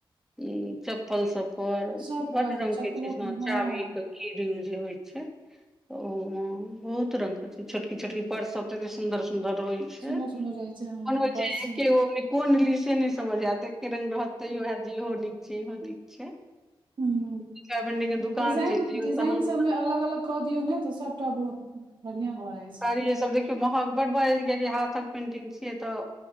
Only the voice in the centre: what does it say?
इ चप्पल सभ पर
बड़
रंग
के छै ह
चाभी के कीड जे होइ छै। ओ माँ बहुत रंग के छै छोटकी छोटकी र्पस सभ त एते सुंदर सुंदर रहै ऐह
मन होइ
छै एके गो होइत कोन ली से नहि समझ आयत एके रंग रहत तैयो हैत जे इहो निक छी इहो नीक छै।
कपड़ा बनने के दुकान
चलि जइयौ
तहन
साड़ी सभ देखियौ महग बड बढ़ गेल हाथ कऽ पेंटिंग छियै तऽ